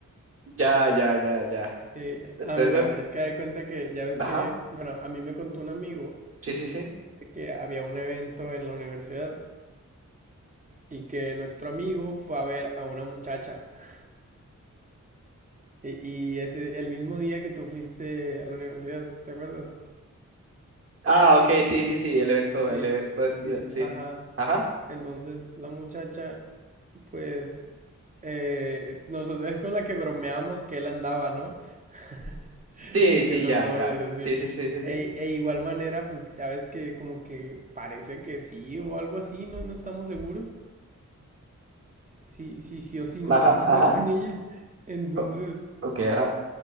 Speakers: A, on the right; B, on the right.
A: Ya, ya, ya, ya.
B: Sí.
A: Entonces
B: Ah, mira, es que de cuenta que ya ves
A: me,
B: que,
A: ajá.
B: bueno, a mí me contó un amigo
A: Sí, sí, sí.
B: de que había un evento en la universidad y que nuestro amigo fue a ver a una muchacha. <laughs> Y, y ese, el mismo día que tú fuiste a la universidad, ¿te acuerdas?
A: Ah, ok, sí, sí, sí, el evento,
B: Sí,
A: el evento este,
B: sí,
A: sí.
B: ajá.
A: Ajá.
B: Entonces la muchacha, pues, eh, nosotros, es con la que bromeamos que él andaba, ¿no? <laughs>
A: Sí,
B: De
A: sí,
B: que son
A: ya,
B: novios
A: ya.
B: y así.
A: Sí, sí, sí, sí,
B: E,
A: sí.
B: e igual manera, pues ya ves que como que parece que sí o algo así, ¿no? No estamos seguros. Si, si sí o si no,
A: Ajá,
B: <laughs> anda
A: ajá.
B: con ella. <laughs> Entonces,
A: O- ok, ajá.